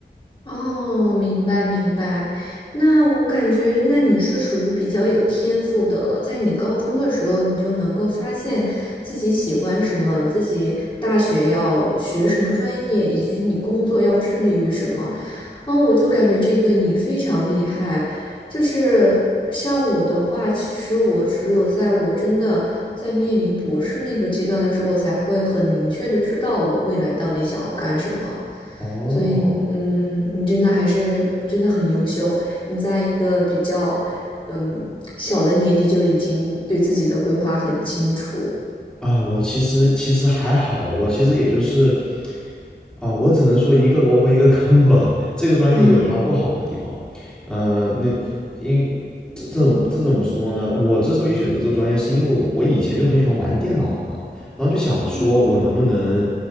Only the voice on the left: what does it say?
哦，明白明白。那我感觉，那你是属于比较有天赋的了，在你高中的时候，你就能够发现自己喜欢什么，自己大学要学什么专业，以及你工作要致力于什么。啊，我就感觉这个你非常厉害，就是像我的话，其实我只有在我真的在面临博士那个阶段的时候，我才会很明确的知道我未来到底想要干什么。
所以，嗯，你真的还是真的很优秀，你在一个比较嗯小的年纪就已经对自己的规划很清楚
啊。
嗯，